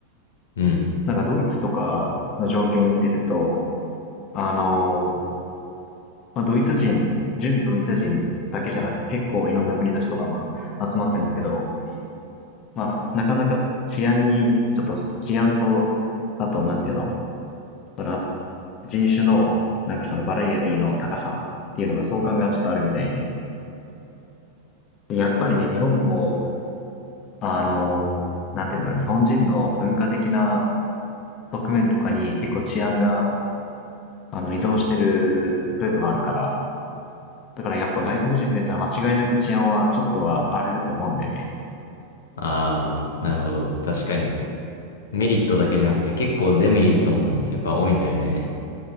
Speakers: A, on the left; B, on the left.
A: うん。
B: なんかドイツとかの状況を見てると、あのまあ、ドイツ人、純ドイツ人だけじゃなくて結構いろんな国の人がまあ集まってるんだけど、まあ、なかなか治安に、ちょっと治安と、あと、なんていうの、その人種の、なんかそのバラエティの高さっていうのが相関がちょっとあるみたいで、やっぱりね、日本も、あの、なんていうんだろう、日本人の文化的な側面とかに結構治安が、あの、依存してる部分あるから、だからやっぱ外国人増えたら間違いなく治安はちょっとは荒れると思うんだよね。
A: ああ、なるほど。確かに。メリットだけじゃなくて結構デメリットもやっぱ多いんだよね。